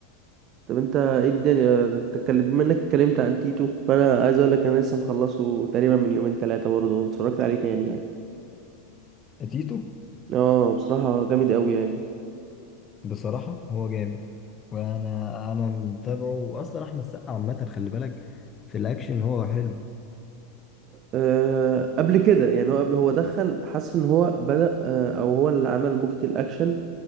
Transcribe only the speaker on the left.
تيتو
بصراحة هو جامد وأنا أنا متابعه وأصلا أحمد السقا عامة خلي بالك في الأكشن هو حلو